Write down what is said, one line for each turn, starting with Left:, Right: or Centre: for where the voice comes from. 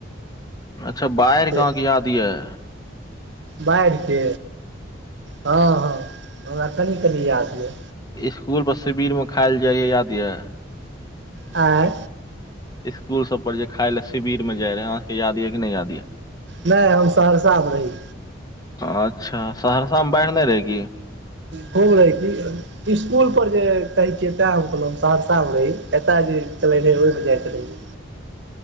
Left: अच्छा बाढ़िके
Right: से
Left: अहाँके याद यऽ
Right: बाढ़िके हँ हँ हमरा कनि कनि याद यऽ
Left: सुकूल पर शिविर में खायल जाय रयै याद यऽ
Right: आं
Left: स्कूल सब पर जे खााय लए शिवर मे जा रहै अहाँके याद यऽ कि नहि याद यऽ
Right: नहि हम सहरसामे रही
Left: अच्छा सहरसामे बाढ़ि नहि रहै कि
Right: खुब रहै की स्कूल पर जे कहै छियै तैँ हम कहलहुँ हम सहरसामे रही एतय जे चलैत रहै ओहिमे जाइत रहहियै